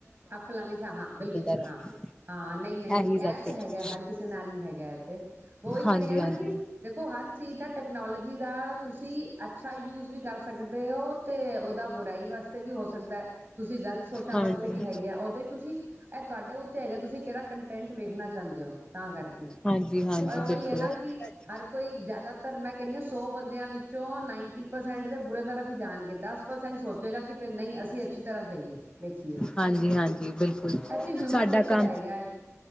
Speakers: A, on the right (about 35°); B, on the left (about 15°).
A: ਫਲਾਨੀ ਥਾ ਬਿਲਕੁਲ
B: ਰਿਹਾ
A: ਹਾਂ ਹਾਂ ਨਹੀਂ- ਨਹੀਂ- ਨਹੀਂ
B: ਇਹੀ ਸਭ
A: ਇਹ ਤੇ
B: ਕੁਛ
A: ਹੈਗਾ ਹਰ ਕਿਸੇ ਨਾਲ ਹੀ ਹੈਗਾ ਤੇ ਉਹੀ ਕਹਿ
B: ਹਾਂਜੀ
A: ਰਹੀ ਹ ਨਾ
B: ਹਾਂਜੀ
A: ਕਿ ਦੇਖੋ ਹਰ ਚੀਜ਼ ਦਾ ਟੈਕਨੋਲੋਜੀ ਦਾ ਤੁਸੀਂ ਅੱਛਾ ਯੂਜ ਵੀ ਕਰ ਸਕਦੇ ਹੋ, ਤੇ ਉਹਦਾ ਬੁਰਾਈ ਵਾਸਤੇ ਵੀ ਹੋ ਸਕਦਾ ਹੈ, ਤੁਸੀਂ ਗ਼ਲਤ ਸੋਚਾਂ
B: ਹਾਂਜੀ
A: ਵਾਸਤੇ ਵੀ ਹੈਗੀ ਆ ਉਹਦੇ ਤੁਸੀਂ ਇਹ ਤੁਹਾਡੇ ਉੱਤੇ ਹੈਗਾ ਤੁਸੀਂ ਕਿਹੜਾ ਕੰਟੈਂਟ ਵੇਖਣਾ ਚਾਹੁੰਦੇ, ਹੋ ਤਾਂ ਕਰਕੇ
B: ਹਾਂਜੀ-ਹਾਂਜੀ,
A: ਪਰ ਉਹੀ
B: ਬਿਲਕੁਲ।
A: ਹੈ ਨਾ ਕਿ ਹਰ ਕੋਈ ਜਿਆਦਾਤਰ ਮੈਂ ਕਹਿੰਦੀ ਹ ਸੌ ਬੰਦਿਆਂ ਵਿੱਚੋਂ ਨਾਈਨਟੀ ਪਰਸੈਂਟ ਤੇ ਬੁਰੇ ਤਰਫ ਹੀ ਜਾਣਗੇ, ਦਸ ਪਰਸੈਂਟ ਸੋਚੇਗਾ ਕਿ ਨਹੀਂ ਅਸੀਂ ਅੱਛੀ ਤਰ੍ਹਾਂ ਜਾਈਏ ਵੇਖੀਏ।
B: ਹਾਂਜੀ ਹਾਂਜੀ ਬਿਲਕੁਲ
A: ਇਹ ਤੇ ਹਿਊਮਨ
B: ਸਾਡਾ
A: ਨੇਚਰ
B: ਕੰਮ
A: ਹੈਗਾ